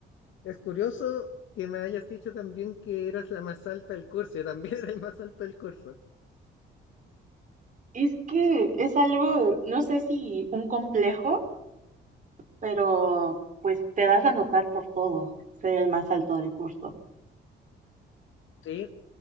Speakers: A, on the left; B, on the right.
A: es curioso que me hayas dicho también que eras la más alta del curso. Yo también <laughs> era el más alto del curso.
B: Es que es algo, no sé si un complejo, pero pues te das a notar por todo, ser el más alto del curso.
A: Sí,